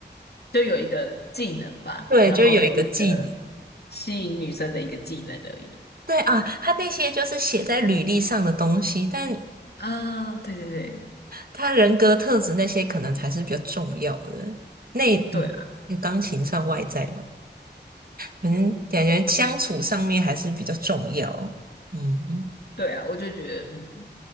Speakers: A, on the left; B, on the right.
A: 就有一个技能吧，
B: 对，
A: 然后是一个
B: 就有一个技能。
A: 吸引女生的一个技能而已。
B: 对啊，他那些就是写在履历上的东西，但
A: 啊，对对对，
B: 他人格特质那些可能才是比较重要的。那嗯，
A: 对啊，
B: 有钢琴算外在吗？反正感觉相处上面还是比较重要。嗯嗯
A: 对啊，我就觉得，嗯，